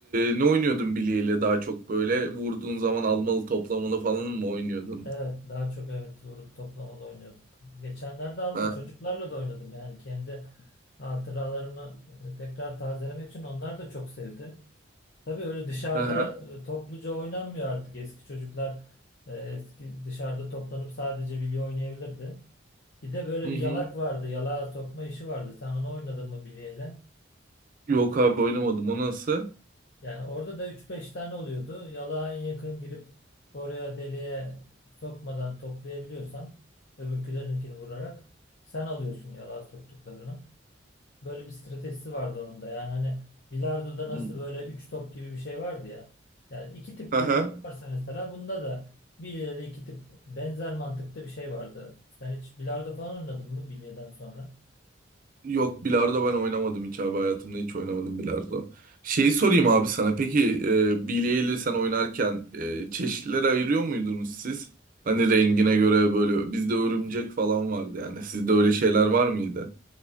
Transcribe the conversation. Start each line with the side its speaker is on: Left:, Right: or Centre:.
Right: e, ne oynuyordun bilyeyle daha çok böyle? Vurduğun zaman almalı toplamalı falan mı oynuyordun?
Left: Evet daha çok evet vurup toplamalı oynuyorduk. Geçenlerde aldım
Right: Ha.
Left: çocuklarla da oynadım yani kendi hatıralarımı e, tekrar tazelemek için onlar da çok sevdi. Tabii öyle dışarıda
Right: Hı hı.
Left: e, topluca oynanmıyor artık eski çocuklar e, eski dışarıda toplanıp sadece bilye oynayabilirdi. Bir de böyle
Right: Hı hı.
Left: bir yalak vardı yalağa sokma işi vardı sen onu oynadın mı bilyeyle?
Right: Yok abi oynamadım. O nasıl?
Left: Yani orada da üç beş tane oluyordu. Yalağa en yakın girip oraya deliğe sokmadan toplayabiliyorsan öbürkülerinkini vurarak sen alıyorsun yalağa soktuklarını. Böyle bir stratejisi vardı onun da. Yani hani bilardoda nasıl
Right: Hı.
Left: böyle 3 top gibi bir şey vardı ya. Yani iki tip
Right: Hı hı.
Left: bilardo varsa mesela bunda da bilyede iki tip benzer mantıkta bir şey vardı. Sen hiç bilardo falan oynadın mı bilyeden sonra?
Right: Yok bilardo ben oynamadım hiç abi hayatımda hiç oynamadım bilardo. Şeyi sorayım abi sana peki e, bilye sen oynarken e, çeşitlere ayırıyor muydunuz siz? Hani rengine göre böyle bizde örümcek falan vardı yani sizde öyle şeyler var mıydı?